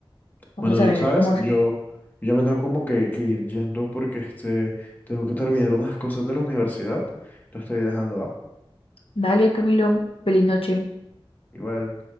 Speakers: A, on the left; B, on the left.
A: Vamos
B: Bueno,
A: a ver
B: sabes,
A: cómo es.
B: yo, yo ya me tengo como que, que ir yendo porque este, tengo que terminar unas cosas de la universidad. Te estoy dejando, ¿va?
A: Dale, Camilo, feliz noche.
B: Igual.